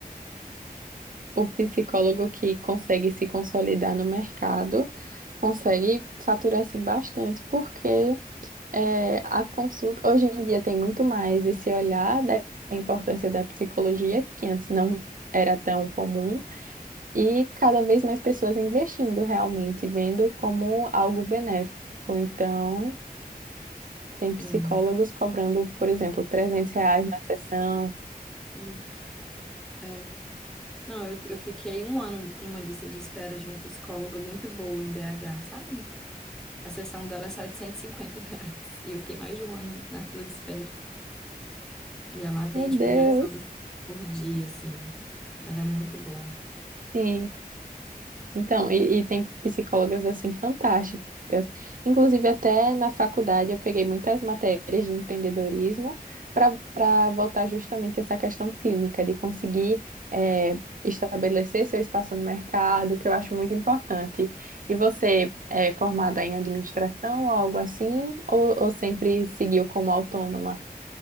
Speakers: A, on the right; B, in the centre.
A: o psicólogo que consegue se consolidar no mercado consegue faturar assim, bastante, porque é, a consulta hoje em dia tem muito mais esse olhar da importância da psicologia, que antes não era tão comum. e cada vez mais pessoas investindo realmente, vendo como algo benéfico. Então, tem psicólogos
B: Sim,
A: cobrando, por exemplo, 300 reais na sessão.
B: isso. É. Não, eu, eu fiquei um ano numa lista de espera de uma psicóloga muito boa em BH, sabe? A sessão dela é 750 reais. E eu fiquei mais de um ano na fila de espera. E ela atende,
A: Meu
B: tipo,
A: Deus!
B: 10 horas por dia, assim. Ela é muito boa.
A: Sim, Então, e, e tem psicólogas assim fantásticas. Inclusive, até na faculdade eu peguei muitas matérias de empreendedorismo para para voltar justamente essa questão clínica, de conseguir eh, estabelecer seu espaço no mercado, que eu acho muito importante. E você é formada em administração ou algo assim, ou, ou sempre seguiu como autônoma?